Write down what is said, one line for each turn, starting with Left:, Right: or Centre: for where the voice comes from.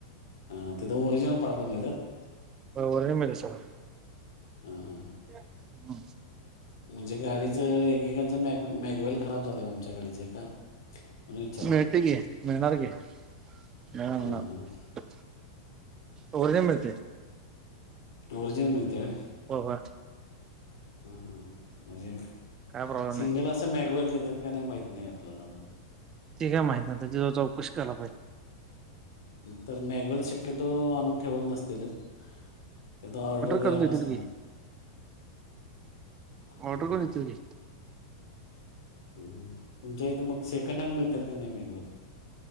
Left: ह तिथं ओरिजिनल पार्ट मिळतात
Right: होय ओरिजनल मिळतात सगळं
Left: हम हम ह
Right: हा <unintelligible> <inaudible>
Left: म्हणजे गाडीचं एकेकांच मॅग मॅगवेल खराब झालय ओ आमच्या गाडीचे एका म्हणून विचारायचं
Right: मिळते
Left: होतं
Right: की
Left: तुम्हाला
Right: मिळणार की मिळणार मिळणार
Left: हां हां हां.
Right: ओरिजनल मिळतंय
Left: ओरिजनल मिळते होय
Right: होय होय!
Left: हा हा म्हणजे
Right: काय प्रॉब्लेम नाही
Left: सिंगल असं मॅगवेल देतात का नाही माहत नाही आपल्याला अजून.
Right: ते काय माहिती नाय त्याच्या जवळ चौकशी कराला पाहिजे.
Left: तर मॅगवेल शक्यतो आणून ठेवत नसतीलच. ते आता ऑर्डर द्यायला
Right: करून देतील
Left: सांगणार.
Right: की
Left: हा
Right: ऑर्डर करून
Left: हा!
Right: देतील की
Left: तुमच्या इथे मग सेकंड हँड मिळतात का नाही मॅगवेल?